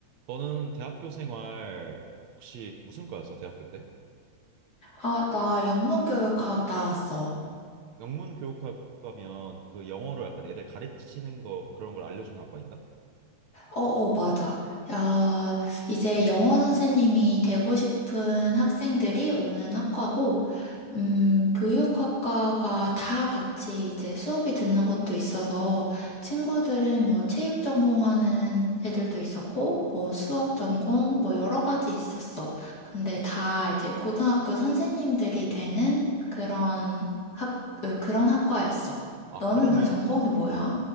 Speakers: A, on the right; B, on the left.
A: 너는 대학교 생활 혹시 무슨 과였어, 대학교 때?
B: 아, 나 영문교육학 나왔어.
A: 영문 교육학과면 그 영어로 약간 애들 가르치는 거 그런 걸 알려주는 학과인가?
B: 어, 어, 맞아. 야, 이제 영어 선생님이 되고 싶은 학생들이 오는 학과고, 음, 교육학과가 다 같이 이제 수업이 듣는 것도 있어서, 친구들은 뭐 체육 전공하는 애들도 있었고, 뭐 수학 전공, 뭐 여러 가지 있었어. 근데 다 이제 고등학교 선생님들이 되는 그런 학, 으, 그런 학과였어.
A: 아,
B: 너는
A: 그러면
B: 전공이 뭐야?
A: 아,